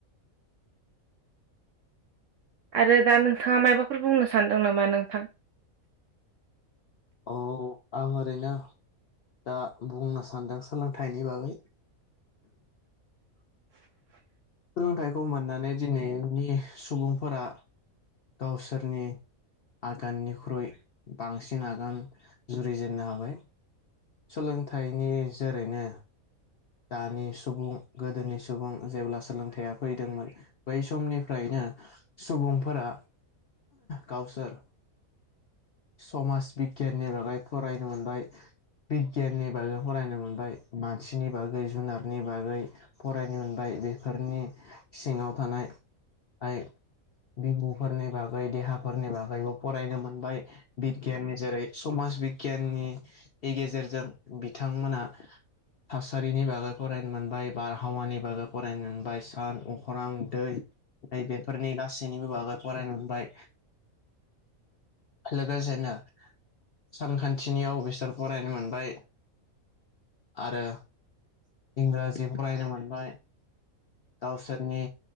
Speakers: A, on the left (about 55°); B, on the right (about 70°).
A: <unintelligible>
B: आरो दा नोंथाङा मायबाफोर बुंनो सानदों नामा नोंथां
A: औ आं ओरैनो दा बुंनो सानदों सोलोंथाइनि बागै सोलोंथाइखौ मोननानै दिनैनि सुबुंफोरा गावसोरनि आगाननिख्रुइ बांसिन आगान जुरिजेननो हाबाय सोलोंथाइनि जोरैनो दानि सुबुं गोदोनि सुबुं जेब्ला सोलोंथाइया फैदोंमोन बै समनिफ्रायनो सुबुंफोरा गावसार समाज बिगियाननि बागै फरायनो मोनबाय बिगियाननि बागै फरायनो मोनबाय मानसिनि बागै जुनारनि बागै फरायनो मोनबाय बेफोरनि सिङाव थानायइ बिमुफोरनि बागै देहाफोरनि बागैबो फरायनो मोनबाय बिगियाननि जेरै समाज बिगियाननि गेजेरजों बिथांमोना थासारिनि बागै फरायनो मोनबाय बारहावानि बागै फराय फरायनो मोनबाय सान अख्रां दै बेफोरनि गासैनिबो बागै फरायनो मोनबाय लगोन जायना सानखान्थिनियाव बिसोर फरायनो मोनबाय आरो इंराजि फरायनो मोनबाय दावसारनि